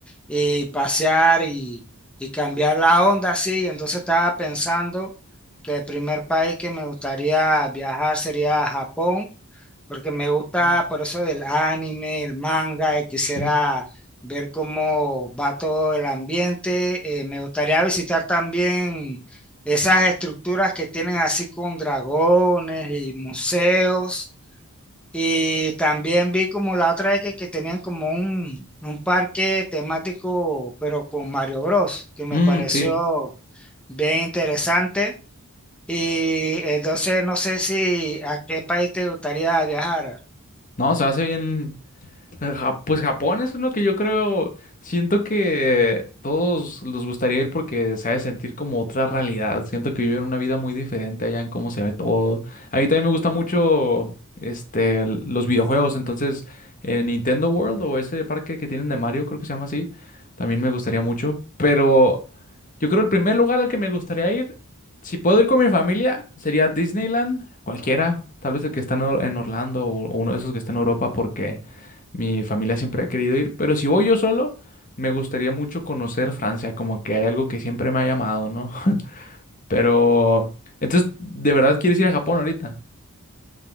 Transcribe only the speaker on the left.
Oh,
Sí.
Mm,
sí,
no, se hace bien, Eh, Ja- Pues Japón es uno que yo creo, siento que todos les gustaría ir porque se ha de sentir como otra realidad. Siento que viven una vida muy diferente allá en cómo se ve todo. A mí también me gusta mucho este, l- los videojuegos, entonces en Nintendo World o ese parque que tienen de Mario, creo que se llama así, también me gustaría mucho. Pero yo creo el primer lugar al que me gustaría ir, si puedo ir con mi familia, sería Disneyland, cualquiera, tal vez el que está en Or- en Orlando o o uno de esos que está en Europa porque... Mi familia siempre ha querido ir, pero si voy yo solo, me gustaría mucho conocer Francia, como que hay algo que siempre me ha llamado, ¿no? <laughs> Pero, entonces, ¿de verdad quieres ir a Japón ahorita?